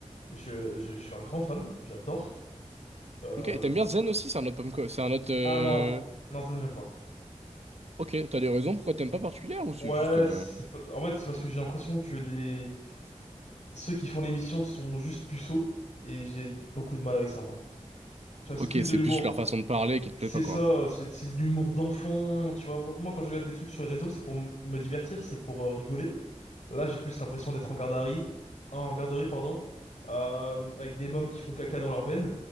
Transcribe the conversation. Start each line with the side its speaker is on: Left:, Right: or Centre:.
Left: Je, je, je suis un grand fan, j'adore. Euh,
Right: Ok. Et t'aimes bien Zen aussi? C'est un autre pomme, co- c'est un autre. euh,
Left: Ah non, non, ça j'aime pas.
Right: Ok. T'as des raisons pourquoi t'aimes pas particulière ou c'est
Left: Ouais,
Right: juste. euh,
Left: c'est pas- en fait c'est parce que j'ai l'impression que les ceux qui font l'émission sont juste puceaux et j'ai beaucoup de mal avec ça moi. Tu vois, c'est
Right: Ok,
Left: plus de
Right: c'est
Left: l'humour.
Right: plus leur façon de parler qui te
Left: C'est
Right: plaît pas,
Left: ça,
Right: quoi.
Left: ouais, c'est c'est de l'humour d'enfant, tu vois. Moi, moi, quand je regarde des trucs sur les réseaux, c'est pour m- me divertir, c'est pour euh, rigoler. Là, j'ai plus l'impression d'être en garderie, hein, en garderie, pardon, euh, avec des mômes qui font caca dans leurs veine,